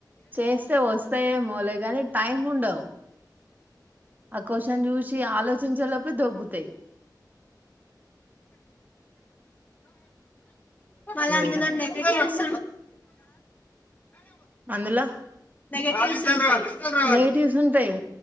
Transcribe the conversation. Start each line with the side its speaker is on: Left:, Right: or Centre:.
Right: చేస్తే వస్తాయమోలే గాని టైం ఉండవు ఆ క్యూషన్ చూసి ఆలోచించ లోపే దొబ్బుతు తాయి
Left: వాళ్ళ అందులో
Right: ఇగ
Left: నెగిటివ్స్
Right: అందులో
Left: నెగిటివ్స్ ఉంటాయి
Right: నెగిటివ్స్ ఉంటాయి